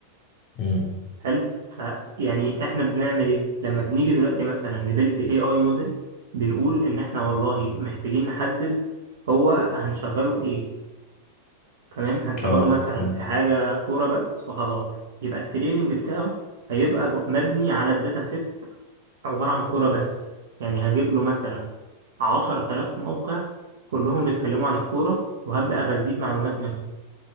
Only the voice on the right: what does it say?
حلو فيعني احنا بنعمل ايه لما بنيجي دلوقتي مثلا نبلد اي اي موديل بنقول ان احنا والله محتاجين نحدد هو هنشغله في ايه تمام هنشغله
مثلا
في حاجه كوره بس فخلاص يبقى التريننج بتاعه هيبقى ب- مبني على الداتا سيت عبارة عن كورة بس يعني هجيب له مثلا عشرة آلاف موقع كلهم بيتكلموا عن الكورة وهبدأ أغذيه بمعلومات منهم